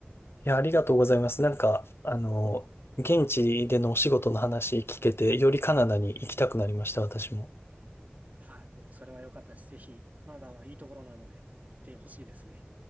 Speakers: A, on the left; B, on the right.
A: いや、ありがとうございます。なんか、あの、現地でのお仕事の話聞けて、よりカナダに行きたくなりました、私も。
B: はい。よく、それは良かったです。ぜひ、カナダはいいところなので、行ってほしいですね。